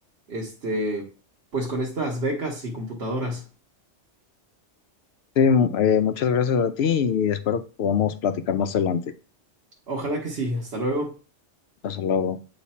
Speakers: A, on the right (about 60°); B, on the left (about 65°).
A: este, pues con estas becas y computadoras.
B: Sí, m- eh, muchas gracias a ti y espero que podamos platicar más adelante.
A: Ojalá que sí. Hasta luego.
B: Hasta luego.